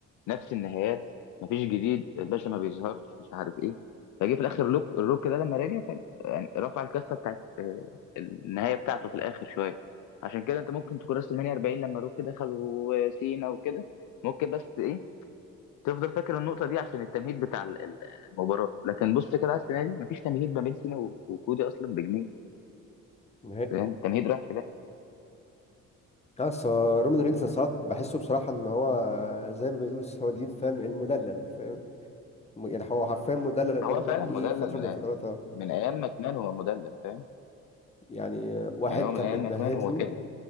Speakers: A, on the left; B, on the left.
A: نفس النهايات مفيش جديد الباشا ما بيظهرش مش عارف ايه فجه في الاخر لوك الروك ده لما راجع كان يعني رفع الكفه بتاعت آه، النهايه بتاعته في الاخر شويه عشان كده انت ممكن تكون راس المانيا 40 لما روك دخل وسينا وكده ممكن بس ايه تفضل فاكر النقطه دي عشان التمهيد بتاع ال- ال- المباراه لكن بص كده على السنه دي مفيش تمهيد ما بين سينا و- وكودي اصلا بجنيه
B: نهائي
A: يعني التمهيد رايح في ده
B: بس هو رومان رينز ساعات بحسه بصراحة ان هو زي ما بيقولوا السعوديين فاهم المدلل فاهم م- يعني هو حرفيا مدلل ال
A: هو
B: دبليو
A: فعلا
B: دبليو
A: مدلل
B: اي فترة
A: من
B: من الفترات
A: أي-
B: اه
A: من ايام ماكمان هو مدلل فاهم
B: يعني واحد
A: يعني هو
B: كان
A: من ايام
B: بيتمهد
A: ماكمان هو
B: له
A: كده